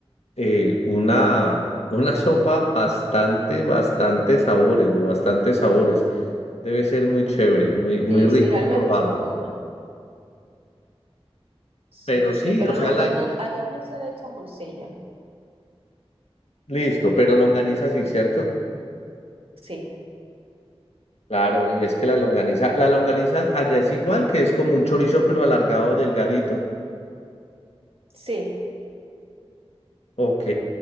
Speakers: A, on the left; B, on the right.
A: eh, una, una sopa bastante, bastante sabores, de bastantes sabores. Debe ser muy chévere, muy, muy
B: Sí,
A: rico
B: sí, realmente
A: probarla.
B: es muy buena. Sí,
A: Pero
B: sí,
A: sí,
B: pero
A: o sea,
B: no,
A: la...
B: no, no, acá no se le echa morcilla.
A: listo, pero longaniza sí, ¿cierto?
B: Sí,
A: Claro, y es que la longaniza, la longaniza allá es igual, que es como un chorizo pero alargado, delgadito.
B: sí.
A: Ok,